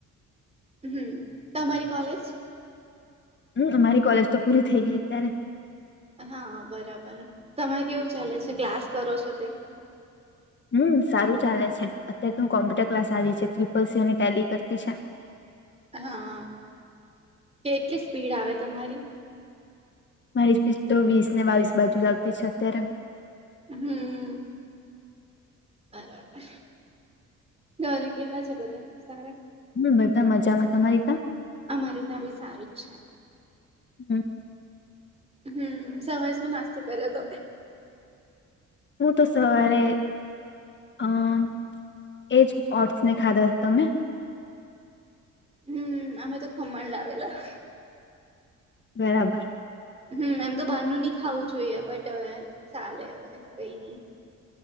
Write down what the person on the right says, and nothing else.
હમ તમારી કોલેજ
હા બરાબર તમારે કેવું ચાલે છે ક્લાસ કરો છો તે
હા કેટલી સ્પીડ આવે તમારી
હમ બરાબર ઘરે કેવા છે બધા સારા
અમારે ત્યાં બી સારું જ છે
હમ સવાય શું નાસ્તો પ્યારે તમે
હમ અમે તો ખમણ લાવેલા
હમ એમ તો બહારનું નહી ખાવું જોઈએ બટ હવે ચાલે હવે કઈ નઈ